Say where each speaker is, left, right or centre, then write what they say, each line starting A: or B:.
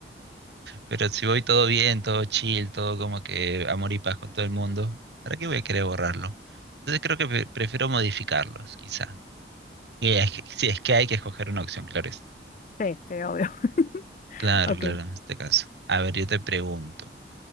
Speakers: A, on the right; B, on the left.
A: Pero si voy todo bien, todo chill, todo como que amor y paz con todo el mundo, ¿para qué voy a querer borrarlo? Entonces creo que pre- prefiero modificarlos, quizá. Y es que- si es que hay que escoger una opción, claro es.
B: Sí, sí, obvio. <laughs>
A: Claro,
B: Ok.
A: claro, en este caso. A ver, yo te pregunto.